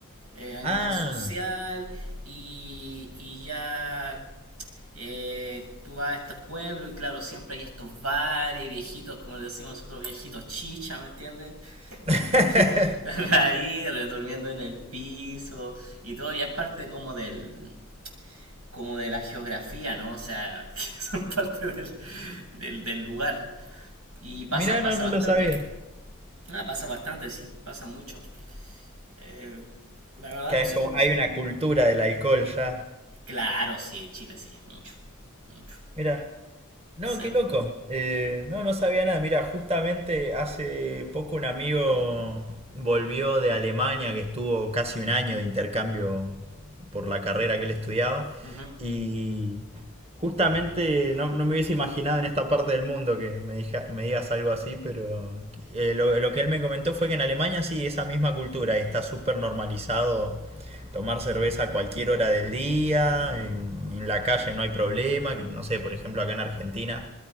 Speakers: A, on the right; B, on the right.
A: eh, a nivel
B: Ah,
A: social y, y ya eh, tú vas a estos pueblos y claro, siempre hay estos bares viejitos, como le decimos nosotros, viejitos chicha, ¿me entiendes?
B: <laughs>
A: Que están, <laughs> están ahí durmiendo en el piso y todo, ya es parte como del como de la geografía, ¿no? O sea, <laughs> que son parte del, del, del lugar. Y pasa,
B: mirá,
A: pasa
B: no, no
A: bastante.
B: lo sabía.
A: Ah, pasa bastante, sí, pasa mucho. Eh, la verdad
B: Que
A: no sé
B: es como,
A: por qué
B: hay
A: se...
B: una cultura del alcohol ya.
A: Claro, sí, Chile sí, mucho, mucho.
B: Mirá. No,
A: Se...
B: qué loco. Eh, no, no sabía nada. Mira, justamente hace poco un amigo volvió de Alemania, que estuvo casi un año de intercambio por la carrera que él estudiaba.
A: Ujú.
B: Y justamente no, no me hubiese imaginado en esta parte del mundo que me, dija- me digas algo así, pero eh, lo, lo que él me comentó fue que en Alemania sí, esa misma cultura está súper normalizado tomar cerveza a cualquier hora del día, en, en la calle no hay problema, que no sé, por ejemplo, acá en Argentina